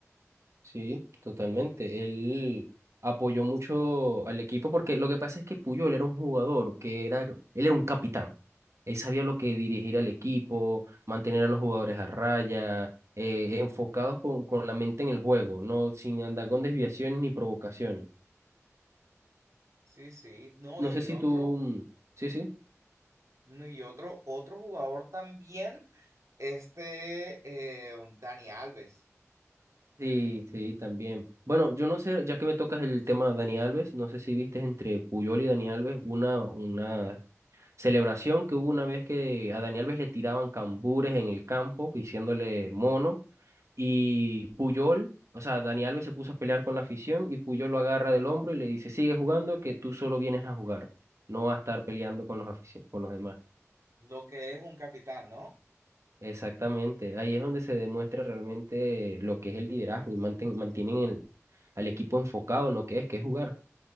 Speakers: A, on the right (about 65°); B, on the right (about 80°).
A: Sí, totalmente. Él apoyó mucho al equipo porque lo que pasa es que Puyol era un jugador que era, él era un capitán. Él sabía lo que dirigir al equipo, mantener a los jugadores a raya, eh, enfocados con, con la mente en el juego, no sin andar con desviaciones ni provocaciones.
B: Sí, sí, no, y
A: No sé si
B: otro,
A: tú, mm, sí, sí.
B: no, y otro, otro jugador también, este eh, Dani Alves,
A: Sí, sí, también. Bueno, yo no sé, ya que me tocas el tema de Dani Alves, no sé si viste entre Puyol y Dani Alves una, una celebración que hubo una vez que a Dani Alves le tiraban cambures en el campo, diciéndole mono, y Puyol, o sea, Dani Alves se puso a pelear con la afición y Puyol lo agarra del hombro y le dice, sigue jugando, que tú solo vienes a jugar, no a estar peleando con los aficio- con los demás.
B: lo que es un capitán, ¿no?
A: Exactamente, ahí es donde se demuestra realmente lo que es el liderazgo y manten- mantienen el- al equipo enfocado en lo que es, que es jugar.